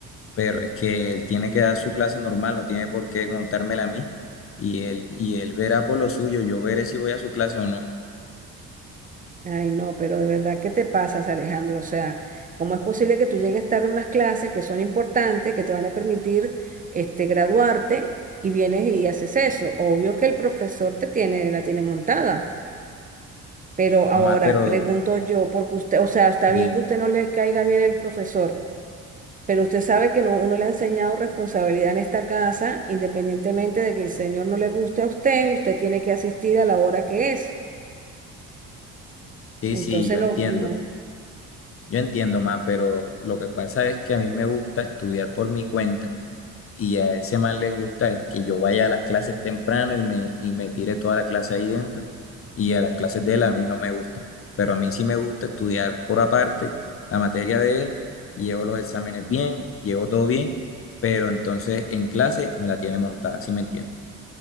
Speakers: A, on the left (about 40°); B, on the right (about 25°).
A: Pero es que él tiene que dar su clase normal, no tiene por qué montármela a mí. Y él, y él verá por lo suyo, yo veré si voy a su clase o no.
B: Ay, no, pero de verdad, ¿qué te pasas, Alejandro? O sea, ¿cómo es posible que tú llegues tarde a unas clases que son importantes, que te van a permitir este, graduarte y vienes y haces eso? Obvio que el profesor te tiene, la tiene montada. Pero ahora,
A: Mamá, pero
B: pregunto yo, porque usted, o sea, está
A: dime.
B: bien que usted no le caiga bien el profesor. Pero usted sabe que no, uno le ha enseñado responsabilidad en esta casa, independientemente de que el señor no le guste a usted, usted tiene que asistir a la hora que es.
A: Sí,
B: Entonces,
A: sí, yo
B: no,
A: entiendo.
B: no.
A: Yo entiendo, mamá, pero lo que pasa es que a mí me gusta estudiar por mi cuenta. Y a ese man le gusta es que yo vaya a las clases temprano y me, y me tire toda la clase ahí dentro. Y a las clases de él a mí no me gustan. Pero a mí sí me gusta estudiar por aparte la materia de él. y Llevo los exámenes bien, llevo todo bien. Pero entonces en clase me la tiene montada, ¿sí me entiende?